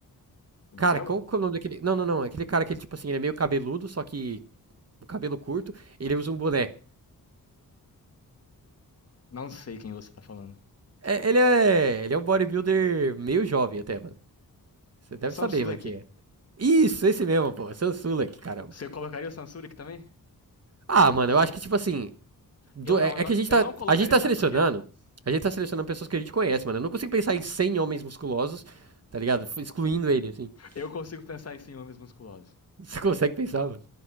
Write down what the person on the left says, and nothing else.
O
Bitelo?
Não sei quem você tá falando.
A Sansula
aqui.
Você colocaria o Sansula aqui também?
Eu não,
eu
não- colocaria,
sabe
por quê?
Eu
consigo pensar em ciúmes musculosos.